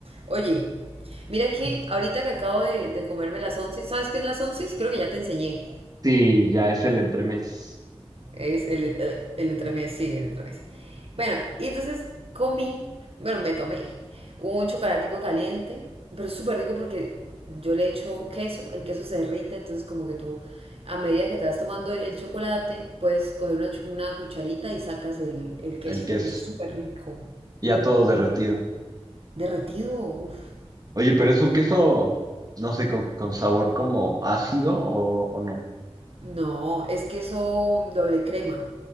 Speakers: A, on the right; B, on the right.
A: Oye, mira que ahorita que acabo de, de comerme las once, ¿sabes qué es las once? Creo que ya te enseñé.
B: Sí, ya es el entremés,
A: Es el, eh, el entremés, sí, el entremés. Bueno, y entonces comí, bueno, me tomé un chocolatico caliente, pero es súper rico porque yo le echo queso, el queso se derrite, entonces como que tú, a medida que te vas tomando el chocolate, puedes coger una, chu- una cucharita y sacas el, el queso.
B: el queso,
A: Y es súper rico.
B: ya todo derretido.
A: Derretido, uff.
B: Oye, pero es un queso, no sé, con, con sabor como ácido o, o no.
A: No, es queso doble crema.